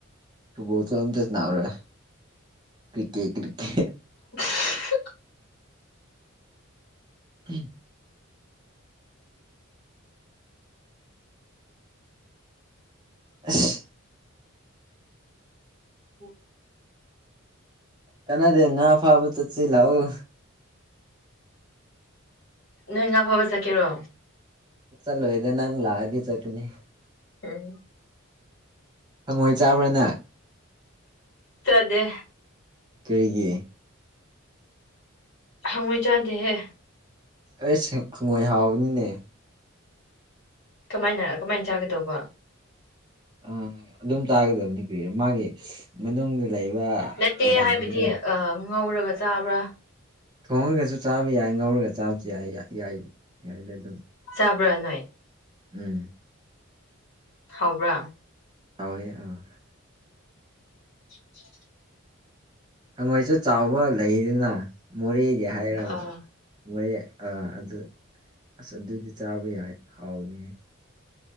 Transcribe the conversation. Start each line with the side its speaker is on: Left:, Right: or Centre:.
Right: ꯐꯨꯕꯣꯁꯨꯝꯗ ꯁꯅꯥꯔꯣ ꯀ꯭ꯔꯤꯀꯦ ꯀꯔꯤꯀꯦ
Left: ꯑꯍꯨ
Right: ꯎꯝ ꯑꯁ
Left: ꯎꯝ
Right: ꯀꯥꯅꯗꯦ ꯉꯥ ꯐꯥꯕ ꯆꯠꯁꯤ ꯂꯥꯛꯑꯣ
Left: ꯅꯣꯏ ꯉꯥ ꯐꯕ ꯆꯠꯀꯦꯔꯣ
Right: ꯆꯠꯂꯣꯏꯗ ꯅꯪ ꯂꯥꯛꯑꯗꯤ ꯆꯠꯀꯅꯤ
Left: ꯎꯝ
Right: ꯍꯪꯉꯣꯏ ꯆꯥꯕ꯭ꯔꯥ ꯅꯪ?
Left: ꯆꯥꯗꯦ
Right: ꯀꯔꯤꯒꯤ
Left: ꯍꯪꯉꯣꯏ ꯆꯥꯗꯦꯍꯦ
Right: ꯑꯩꯁ ꯍꯪꯉꯣꯏ ꯍꯥꯎꯕꯅꯤꯅꯦ
Left: ꯀꯃꯥꯏꯅ ꯀꯃꯥꯏꯅ ꯆꯥꯒꯦ ꯇꯧꯕ
Right: ꯑ ꯑꯗꯨꯝ ꯆꯥꯒꯗꯕꯅꯤ ꯀꯔꯤꯔ ꯃꯥꯒꯤ ꯃꯅꯨꯡꯗ ꯂꯩꯕ
Left: ꯅꯠꯇꯦ
Right: ꯑꯣꯔꯒꯥꯟꯁꯤꯡꯗꯣ
Left: ꯍꯥꯏꯕꯗꯤ ꯑ ꯉꯧꯔꯒ ꯆꯥꯕ꯭ꯔ
Right: ꯊꯣꯡꯉꯒꯁꯨ ꯆꯥꯕ ꯌꯥꯏ ꯉꯧꯔꯒ ꯆꯥꯕꯁꯨ ꯌꯥꯏ ꯌꯥꯏ ꯌꯥꯏꯗ ꯑꯗꯨꯝ
Left: ꯆꯥꯕ꯭ꯔꯥ ꯅꯣꯏ
Right: ꯎꯝ
Left: ꯍꯥꯎꯕ꯭ꯔꯥ
Right: ꯍꯥꯎꯋꯤ ꯑꯥ
Left: <inaudible>
Right: ꯍꯪꯉꯣꯏꯁꯨ ꯆꯥꯎꯕ ꯂꯩꯗꯅ ꯃꯣꯔꯦꯗꯤ ꯍꯥꯏꯔꯕ
Left: ꯑꯥ
Right: ꯃꯣꯔꯦ ꯑꯥ ꯑꯗꯨ ꯑꯁ ꯑꯗꯨꯗꯤ ꯆꯥꯕ ꯌꯥꯏ ꯍꯥꯎꯅꯤ